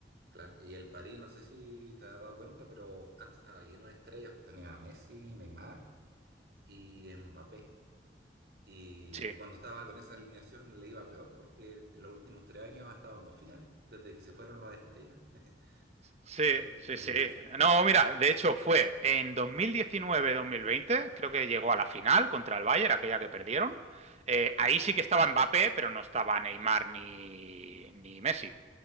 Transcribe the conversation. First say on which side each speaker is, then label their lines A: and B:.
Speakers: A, on the right; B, on the right.
A: claro. Y el París, no sé si te has dado cuenta, pero antes estaba lleno de estrellas, pues tenía a Messi, Neymar y Mbappé. Y,
B: Sí.
A: y cuando estaba con esa alineación le iba peor porque en los últimos tres años ha estado en dos finales, desde que se fueron las estrellas. <laughs>
B: Sí,
A: Eso es que- es
B: sí,
A: como
B: sí.
A: curioso.
B: No, mira, de hecho fue en 2019-2020, creo que llegó a la final contra el Bayern, aquella que perdieron. Eh, ahí sí que estaba Mbappé, pero no estaba Neymar ni, ni Messi.